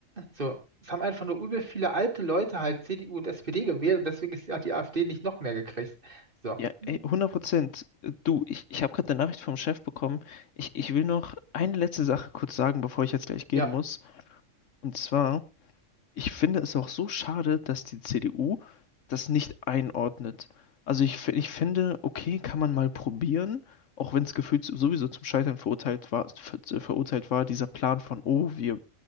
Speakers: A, on the right (about 40°); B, on the left (about 70°).
A: so, es haben einfach nur übel viele alte Leute halt CDU und SPD gewählt und deswegen ist, hat die AfD nicht noch mehr gekriegt. So,
B: Ja,
A: Mhm.
B: ey, 100 Prozent. Du, ich, ich habe gerade eine Nachricht vom Chef bekommen. Ich, ich will noch eine letzte Sache kurz sagen, bevor ich jetzt gleich gehen
A: ja,
B: muss. Und zwar, ich finde es auch so schade, dass die CDU das nicht einordnet. Also ich, fi- ich finde, okay, kann man mal probieren, auch wenn es gefühlt sowieso zum Scheitern verurteilt war, ver, verurteilt war, dieser Plan von, oh, wir